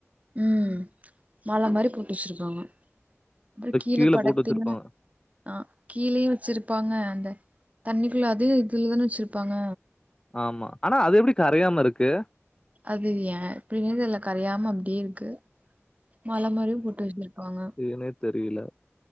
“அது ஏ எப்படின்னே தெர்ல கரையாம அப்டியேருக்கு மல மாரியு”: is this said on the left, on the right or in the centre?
Right